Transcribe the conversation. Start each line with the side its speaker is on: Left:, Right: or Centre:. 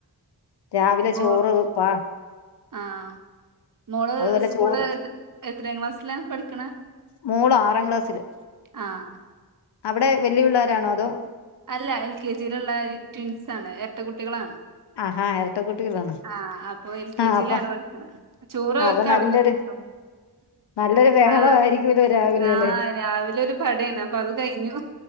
Left: രാവിലെ
Right: മോ
Left: ചോറ് പ
Right: ആഹ് മോള്
Left: അതുപോലെ
Right: സ്കൂളില്
Left: ചോറ്
Right: എത്ര എത്രാം ക്ലാസ്സിലാ പഠിക്ക്ണ
Left: മോള് ആറാം ക്ലാസ്സില്
Right: ആഹ്
Left: അവിടെ വല്ല്യ പിള്ളാരാണോ അതോ
Right: അല്ല എൽ കെ ജിയില്ള്ള ട്വിൻസാണ് ഇരട്ട കുട്ടികളാണ്
Left: ആഹാ ഇരട്ടക്കുട്ടികളാണ്
Right: ആഹ് അപ്പം എൽകെജിലാണ്
Left: ആഹ് അപ്പൊ
Right: പഠിക്ക്ണെ ചോറ്
Left: അപ്പൊ
Right: ഓല്ക്ക്
Left: നല്ലൊരു
Right: അവിട്ന്ന് കി ട്ടും
Left: നല്ലൊരു ബഹളമായിരിക്കൂല്ലോ
Right: ആഹ്
Left: രാവിലെല്ലേ
Right: ആഹ് രാവിലെ ഒരു പടേണ് അപ്പതു കഴിഞ്ഞു